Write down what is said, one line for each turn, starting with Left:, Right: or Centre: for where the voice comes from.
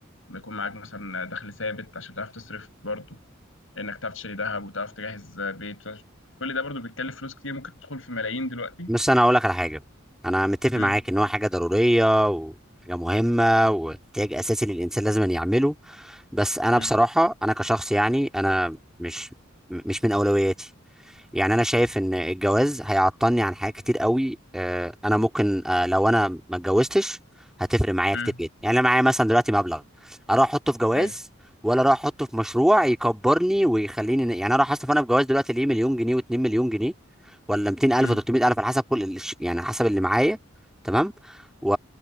Left: ما يكون معاك مثلا دخل ثابت عشان تعرف تصرف برضه انك تعرف تشتري ذهب وتعرف تجهز آه، بيت كل ده برضه بيتكلف فلوس كتير ممكن تدخل في ملايين دلوقتي
Centre: بس انا هقول لك على حاجه انا متفق
Left: امم
Centre: معاك ان هو حاجه ضروريه وحاجه مهمه واحتياج اساسي للانسان لازم أن يعمله بس انا
Left: امم
Centre: بصراحه انا كشخص يعني انا مش مش من اولوياتي يعني انا شايف ان الجواز هيعطلني عن حاجات كتير قوي آه، انا ممكن آه، لو انا ما اتجوزتش هتفرق معايا
Left: امم
Centre: كتير جدا يعني انا معايا مثلا دلوقتي مبلغ اروح احطه في جواز
Left: ايوه
Centre: ولا اروح احطه في مشروع يكبرني ويخليني ن- يعني انا راح اصرف انا في جواز دلوقتي ليه مليون جنيه و2 مليون جنيه ولا 200000
Left: امم
Centre: و300 الف على حسب كل الش- يعني على حسب اللي معايا تمام و...